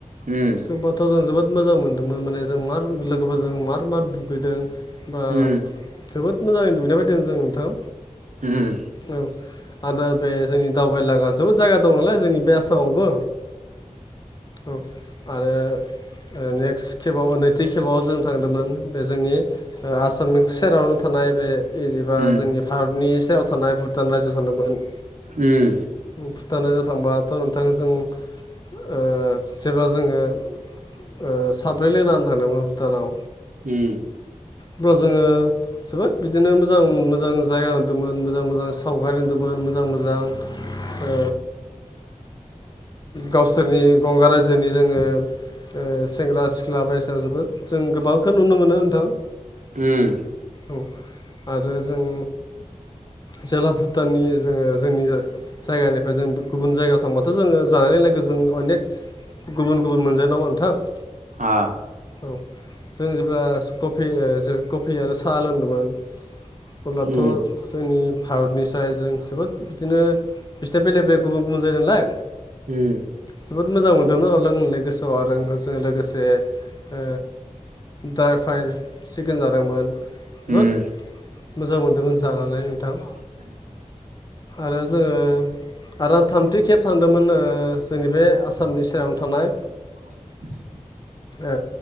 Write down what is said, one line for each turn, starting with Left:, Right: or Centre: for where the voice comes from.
Right: उम
Left: होनोबाथ' जों जोबोद मोजां मोनदोंमोन माने जों मार लोगोफोरजों मार मार दुगैदों।
Right: उम
Left: बा जोबोद मोजाङै दुगैना फैदों जों नोंथां।
Right: उम
Left: औ आरो बे जोंनि दावबायनो‌ लागा जोबोद जायगा दं नालाय जोंनि बे आसामावबो औ। आरो नेक्स्ट खेबाव नैथि खेबाव जों थांदोंमोन बे जोंनि ओ आसामनि सेरावनो थानाय बे एबा
Right: उम
Left: जोंनि भारत नि‌ सेराव थानाय भुटान रायजोआव थांदोंमोन।
Right: उम।
Left: भुटान रायजोआव थांबाथ' नोंथां जों ओ जेब्ला जोङो ओ साब्रै लोगो नांनानै थांदोंमोन भुटानाव
Right: उम
Left: अब्ला जोङो जोबोद बिदिनो मोजां मोजां जायगा नुदोंमोन मोजां मोजां सावगारि नुदोंमोन मोजां मोजां ओ गावसोरनि गंगा रायजोनि जोङो ओ सेंग्रा सिख्ला बायदिसिना जोबोद जों गोबांखौनो नुनो मोनो नोंथां।
Right: उम
Left: औ आरो जों जेला भुटाननि जोङो जोंनि जायगानिफ्राय जों गुबुन जायगायाव थांबाथ' जोङो जानाय लोंनायखो जों अनेक गुबुन गुबुन मोनजा नङा नोंथां।
Right: आ
Left: औ जों जेब्ला सि कफि ओ जो कफि आरो साहा लोंदोंमोन। अब्लाथ'
Right: उम
Left: जोंनि भारतनिस्राय जों जोबोद बिदिनो बिसिना बेलेग बेलेग गुबुन गुबुन जायगा नालाय।
Right: उम
Left: जोबोद मोजां मोनदोंमोन आरो लोंनानै गोसोआव आरो आंगोजों लोगोसे ओ ड्राय फ्राइ सिकेन जादोंमोन। जोबोद
Right: उम
Left: मोजां मोनदोंमोन जानानै नोंथां।
Right: अ <inaudible>
Left: आरो जोङो आरो आं थामथि खेब थांदोंमोन ओ जोंनि बे आसामनि स सेरावनो थानाय
Right: औ <inaudible>
Left: ओ